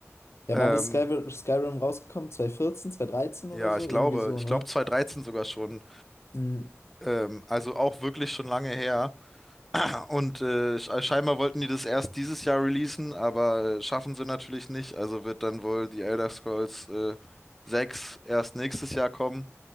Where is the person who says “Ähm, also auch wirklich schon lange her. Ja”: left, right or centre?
Centre